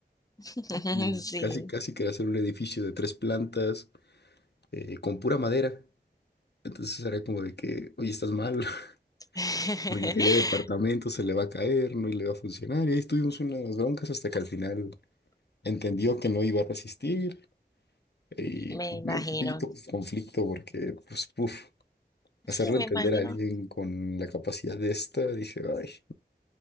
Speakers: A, on the left; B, on the left.
A: <laughs>
B: Y
A: Sí.
B: casi, casi quería hacer un edificio de tres plantas eh, con pura madera. Entonces era como de que, oye, estás mal, <laughs>
A: <laughs>
B: porque quería departamento, se le va a caer, no le va a funcionar. Y ahí estuvimos unas broncas hasta que al final entendió que no iba a resistir. Y
A: Me
B: pues,
A: imagino.
B: me dio un poquito conflicto porque, pues, uf, hacerlo
A: Sí, me
B: entender
A: imagino.
B: a alguien con la capacidad de esta, dije, ay,